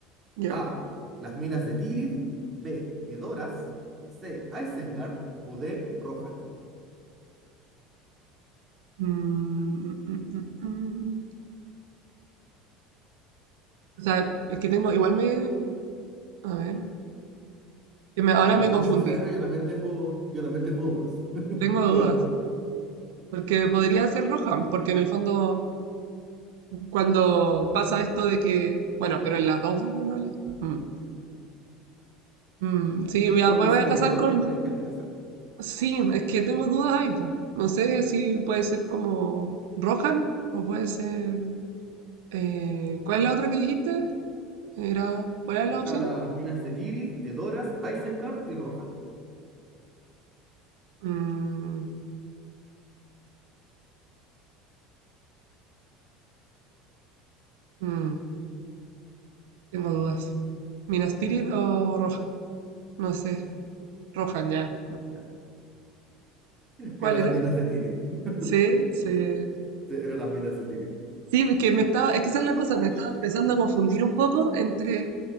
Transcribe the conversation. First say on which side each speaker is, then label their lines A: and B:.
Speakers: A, on the right; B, on the right.
A: ya.
B: A. Las minas de Tirith. B. Edoras. C. Isengard. O D. Rohan.
A: Mm, mm, mm, mm, mm. O sea, es que tengo, igual me... A ver, que me- ahora
B: Si te
A: me
B: son
A: confundí.
B: sincero, yo también tengo, yo también tengo dudas <laughs>
A: Tengo dudas.
B: con la respuesta.
A: Porque podría ser roja, porque en el fondo, cuando pasa esto de que... Bueno, pero en las dos vuelven roles. Mm, mm, sí, voy a,
B: Claro,
A: me
B: porque dicen
A: voy a
B: El
A: casar
B: Retorno
A: con...
B: del Rey, que es la tercera.
A: Sí, es que tengo dudas ahí. po. No sé si puede ser como roja o puede ser... eh, ¿cuál es la otra que dijiste? Era, ¿cuáles eran
B: Estaban
A: las opciones?
B: las minas de Tirith, Edoras, Isengard y Rohan.
A: Mm, Mm, tengo dudas. ¿Minas Tirith o Rohan? No sé. Rohan ya.
B: Ya.
A: ¿Cuál
B: Eran las
A: era?
B: minas de Tirith. <laughs>
A: Sí, sí.
B: Sí, Eran las minas de Tirith.
A: Sí, es que me estaba, es que esa es la cosa, me estaba empezando a confundir un poco entre